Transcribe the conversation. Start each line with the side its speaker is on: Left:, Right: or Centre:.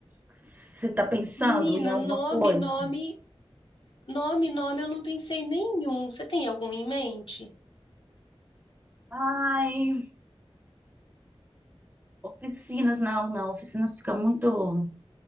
Right: você está pensando
Left: Menina,
Right: em alguma
Left: nome,
Right: coisa?
Left: nome, nome, nome, eu não pensei em nenhum. Você tem algum em mente?
Right: Ai, oficinas, não, não, oficinas fica muito.